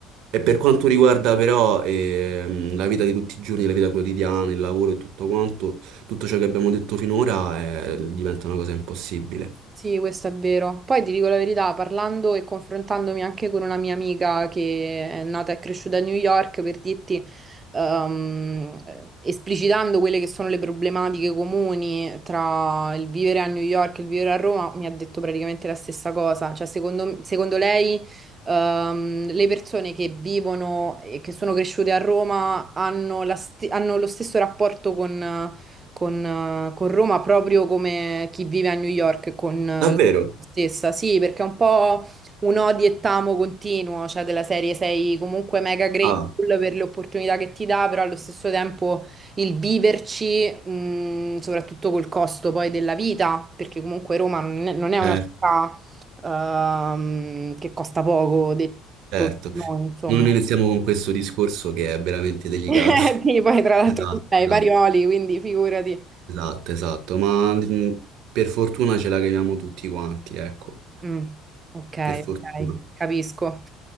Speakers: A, on the right; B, on the right.
A: E per quanto riguarda però ehm, la vita di tutti i giorni, la vita quotidiana, il lavoro e tutto quanto, tutto ciò che abbiamo detto finora eh, diventa una cosa impossibile.
B: Sì, questo è vero. Poi ti dico la verità, parlando e confrontandomi anche con una mia amica che è nata e cresciuta a New York, per dirti, ehm, esplicitando quelle che sono le problematiche comuni tra il vivere a New York e il vivere a Roma, mi ha detto praticamente la stessa cosa. Cioè, secondo, secondo lei, ehm, le persone che vivono e che sono cresciute a Roma hanno la st- hanno lo stesso rapporto con con, eh, con Roma proprio come chi vive a New York con eh,
A: Davvero?
B: la stessa. Sì, perché è un po' un odi e tamo continuo, cioè della serie sei comunque mega grateful
A: Ah,
B: per le opportunità che ti dà, però allo stesso tempo il viverci, mh, soprattutto col costo poi della vita, perché comunque Roma non è, non è una
A: certo,
B: città ehm, che costa poco, detto
A: certo.
B: da noi, insomma.
A: Non iniziamo
B: <laughs>
A: con questo discorso che è veramente delicato.
B: Sì,
A: <laughs>
B: poi tra l'altro
A: Esatto,
B: tu sei
A: esatto,
B: Barioli, quindi figurati.
A: esatto, esatto. Ma mh, per fortuna ce la caviamo tutti quanti, ecco.
B: Mm, ok,
A: Per fortuna.
B: ok, capisco.